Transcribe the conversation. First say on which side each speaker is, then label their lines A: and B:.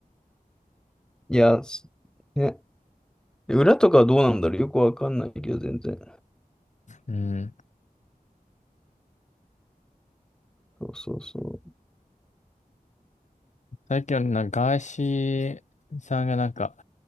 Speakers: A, in the centre; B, on the left.
A: う。いや、すね。で裏とかはどうなんだろうよくわかんないけど、全然。
B: うん。
A: そうそうそ
B: 最近はなんかガーシーさんがなんか